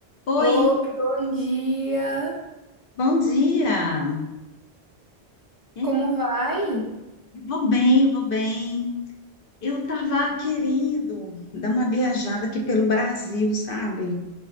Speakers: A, on the left; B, on the right.
A: Oi,
B: Oi, bom dia.
A: bom dia. É,
B: Como vai?
A: eu Vou bem, vou bem. Eu tava querendo dar uma viajada aqui pelo Brasil, sabe? Não